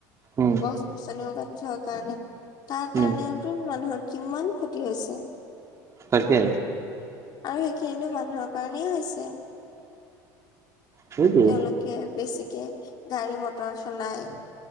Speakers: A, on the right; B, on the left.
A: উম
B: গছ গছনিও কাটি থকাৰ কাৰণে তাৰ কাৰণেওটো
A: উম
B: মানুহৰ কিমান ক্ষতি হৈছে।
A: তকে।
B: আৰু সেইখিনিতো মানুহৰ কাৰণেই হৈছে।
A: সেইটোৱে
B: তেওঁলোকে বেছিকে গাড়ী মটৰ চলাই